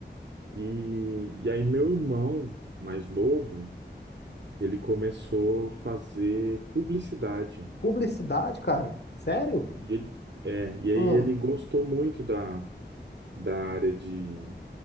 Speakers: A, on the right (about 75°); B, on the left (about 65°).
A: E, e aí meu irmão mais novo, ele começou a fazer publicidade.
B: Publicidade, cara? Sério?
A: E ele, é, e aí
B: Ah,
A: ele gostou muito da, da área de,